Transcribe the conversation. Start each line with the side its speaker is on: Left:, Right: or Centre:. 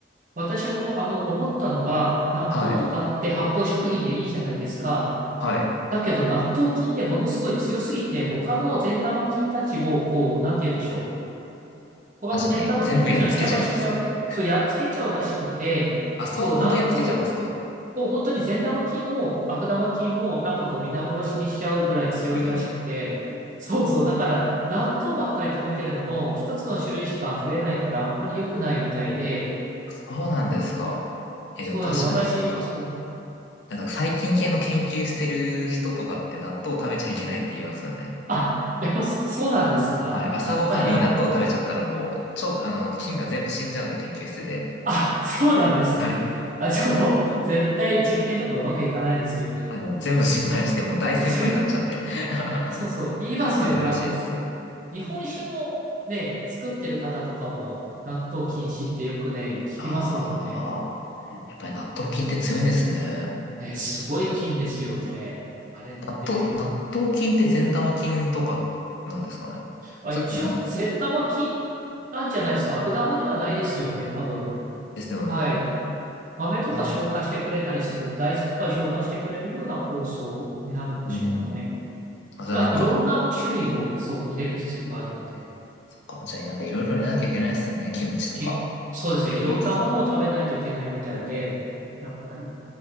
Right: 私も、あの、思ったのは、納豆とかって発酵食品でいいじゃないですか。
Left: はい。はい。
Right: だけど、納豆菌ってものすごい強すぎて、他の善玉菌たちを、こう、なんて言うでしょう。トカゲ善玉菌たちの邪魔しちゃう。
Left: 確かに。全部やっつけちゃいそうですよね。
Right: そう、やっつけちゃうらしくて、
Left: あ、そう、
Right: そう、
Left: 本当にやっつけちゃうんですか
Right: 納豆を本当に善玉菌も悪玉菌もなんかこう皆殺しにしちゃうぐらい強いらしくて、
Left: <laughs>
Right: そうそう、だから納豆ばっかり食べてるのも一つの種類しか増えないからあんまり良くないみたいで、
Left: そうなんですか。え、
Right: そうなの、
Left: でも確かになんか、
Right: 私、そう、
Left: なんか細菌系の研究してる人とかって納豆食べちゃいけないって言いますよね。
Right: あ、やっぱそ、そうなんですかやっぱりあの、
Left: はい。朝ごはんに納豆食べちゃったらもう、超、あの、菌が全部死んじゃうんで研究室で。
Right: あ、そうなんですね。
Left: はい。
Right: あ、じゃあもう絶対実験とかうまくいかないですよね。
Left: あの、全部心配してもう大先輩になっちゃうんで
Right: そう。<laughs> そうそう、
Left: <laughs>
Right: 言いますよね。
Left: ダメらしいです。
Right: あの、日本酒のね、作ってる方とかも、納豆禁止ってよくね、聞きますもんね。
Left: ああ、やっぱり納豆菌って強いんですね。
Right: ね、すごい菌ですよね。あれって。
Left: 納豆、納豆菌って善玉菌とかなんですかね。
Right: あ、
Left: それともなんか、
Right: 一応、善玉菌なんじゃないですか。悪玉ではないですよね、多分。
Left: ですよね。
Right: はい。豆とか消化してくれたりする、
Left: うん。
Right: 大豆とか消化してくれるような酵素になるんでしょうかね。
Left: うんあ、じゃあなんか、
Right: だからいろんな種類をそう入れる必要があるので、
Left: そっか。じゃあなんかいろいろ入れなきゃいけないですね。キムチとか、
Right: け、そうですね。
Left: ヨーグルトとか。
Right: いろんなものを食べないといけないみたいで、やっぱり。